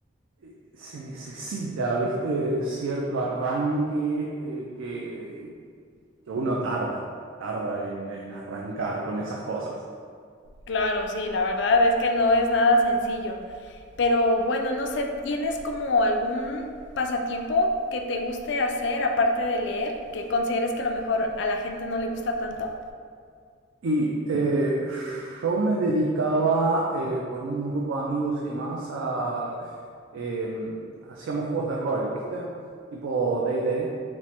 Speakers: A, on the right (about 80°); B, on the left (about 65°).
A: eh, se necesita, ¿viste? Cierto arranque eh, que uno tarda, tarda en, en arrancar con esas cosas.
B: claro, sí, la verdad es que no es nada sencillo. Pero bueno, no sé, ¿tienes como algún pasatiempo que te guste hacer aparte de leer, que consideres que a lo mejor a la gente no le gusta tanto?
A: Y eh, yo me dedicaba eh, con un grupo de amigos y demás a... eh, hacíamos juegos de rol, ¿viste? Tipo D&D,